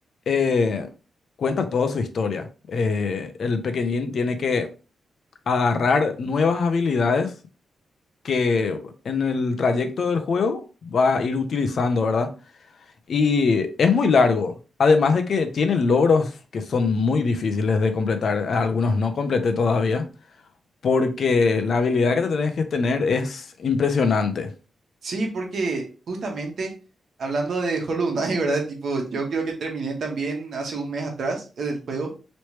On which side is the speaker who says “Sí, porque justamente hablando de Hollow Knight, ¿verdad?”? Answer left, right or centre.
Right